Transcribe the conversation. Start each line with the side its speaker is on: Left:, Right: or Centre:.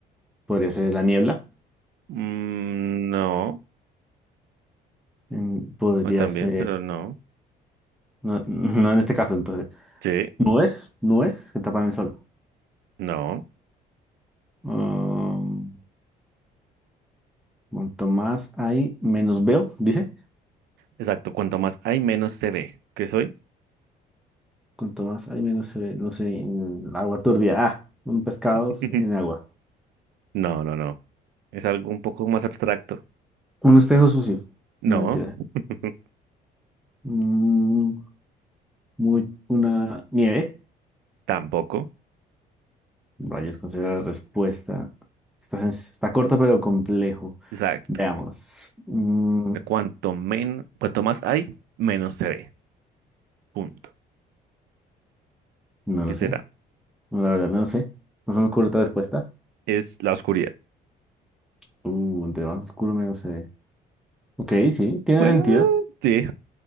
Centre: Podría ser la niebla.
Right: Mm, no,
Centre: mm, Podría
Right: no también,
Centre: ser...
Right: pero no.
Centre: No, no en este caso, entonces.
Right: Sí,
Centre: Nubes, nubes que tapan el sol.
Right: no.
Centre: Um, Cuanto más hay, menos veo, dice.
Right: Exacto, cuanto más hay, menos se ve. ¿Qué soy?
Centre: Cuanto más hay, menos se ve, no sé, en el agua turbia. Ah, un pescado
Right: <laughs>
Centre: en agua.
Right: No, no, no. Es algo un poco más abstracto.
Centre: Un espejo sucio.
Right: No,
Centre: No, mentira.
Right: <laughs>
Centre: Mm, muy, una nieve.
Right: tampoco.
Centre: Rayos, considera la respuesta. Está, sen- está corta, pero complejo.
Right: Exacto.
Centre: Veamos. Mm,
Right: De Cuanto men, cuanto más hay, menos se ve. Punto.
Centre: no
Right: ¿Qué
Centre: lo
Right: será?
Centre: sé. No, la verdad, no lo sé. No se me ocurre otra respuesta.
Right: Es la oscuridad.
Centre: Uh, entre más oscuro, menos se ve. Ok, sí, tiene
Right: Bueno,
Centre: sentido.
Right: sí.